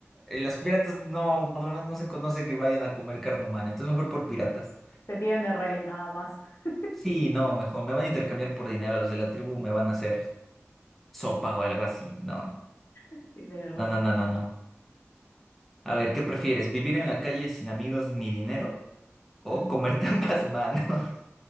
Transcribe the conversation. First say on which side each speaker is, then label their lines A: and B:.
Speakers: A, in the centre; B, on the left.
A: Eh, Los piratas no, por lo menos no se conoce que vayan a comer carne humana, entonces mejor por piratas.
B: Te tienen de rehén, nada más. <laughs>
A: Sí, no, mejor, me van a intercambiar por dinero, los de la tribu me van a hacer sopa o algo así, no.
B: Sí, tienes razón.
A: No, no, no, no, no. A ver, ¿qué prefieres? ¿Vivir en la calle sin amigos ni dinero? ¿O
B: Mm.
A: comerte <laughs> ambas manos?